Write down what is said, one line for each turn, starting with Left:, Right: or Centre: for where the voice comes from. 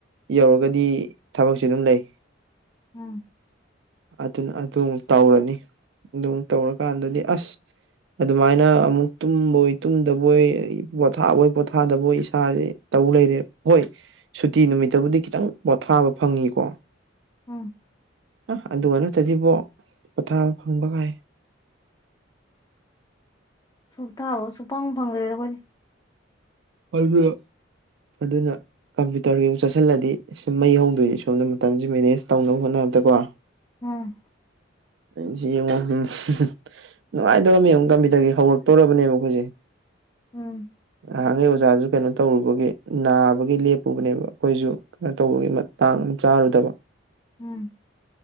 Right: ꯌꯧꯔꯒꯗꯤ ꯊꯕꯛꯁꯦ ꯑꯗꯨꯝ ꯂꯩ
Left: ꯎꯝ
Right: ꯑꯗꯨꯅ ꯑꯗꯨ ꯑꯃꯨꯛ ꯇꯧꯔꯅꯤ ꯑꯗꯨꯨꯛ ꯇꯧꯔꯀꯥꯟꯗꯗꯤ ꯑꯁ ꯑꯗꯨꯃꯥꯏꯅ ꯑꯃꯨꯛ ꯇꯨꯝꯕꯣꯏ ꯇꯨꯝꯗꯕꯣꯏ ꯄꯣꯊꯥꯕꯣꯏ ꯄꯣꯊꯥꯗꯕꯣꯏ ꯏꯁꯥꯁꯦ ꯇꯧ ꯂꯩꯔꯦ ꯍꯣꯏ ꯁꯨꯇꯤ ꯅꯨꯃꯤꯠꯇꯕꯨꯗꯤ ꯈꯤꯇꯪ ꯄꯣꯊꯥꯕ ꯐꯪꯉꯤꯀꯣ
Left: ꯎꯝ
Right: ꯑ ꯑꯗꯨꯒ ꯅꯠꯇꯁꯤꯕꯣ ꯄꯣꯊꯥꯕ ꯐꯪꯕ ꯀꯥꯏ
Left: ꯁꯨ ꯊꯥꯕꯣ ꯁꯨꯡꯄꯪ ꯐꯪꯗ꯭ꯔꯦꯗ ꯑꯩꯈꯣꯏꯗꯤ
Right: ꯑꯗꯨ ꯑꯗꯨꯅ ꯀꯝꯄ꯭ꯌꯨꯇꯔꯒꯤ ꯑꯃꯨꯛ ꯆꯠꯁꯤꯜꯂꯗꯤ ꯁꯨꯝ ꯃꯩ ꯍꯧꯗꯣꯏꯅꯤ ꯁꯣꯝꯗ ꯃꯇꯝꯁꯦ ꯃꯦꯅꯦꯖ ꯇꯧꯅꯕ ꯍꯣꯠꯅꯕꯗ ꯀꯣ
Left: ꯎꯝ
Right: <unintelligible> ꯅꯨꯡꯉꯥꯏꯗꯧꯔꯕ ꯃꯕ ꯀꯝꯄ꯭ꯌꯨꯇꯔꯒꯤ ꯍꯧꯔꯛꯇꯣꯔꯅꯦꯕꯈꯣꯏꯦ
Left: ꯎꯝ
Right: ꯑꯍꯥꯟꯉꯩ ꯑꯣꯖꯥꯁꯨ ꯀꯩꯅꯣ ꯇꯧꯔꯨꯕꯒꯤ ꯅꯥꯕꯒꯤ ꯂꯦꯞꯄꯨꯕꯅꯦꯕ ꯑꯩꯈꯣꯏꯁꯨ ꯀꯩꯅꯣ ꯇꯧꯕꯒꯤ ꯃꯇꯥꯡ ꯑꯃ ꯆꯥꯔꯨꯗꯕ
Left: ꯎꯝ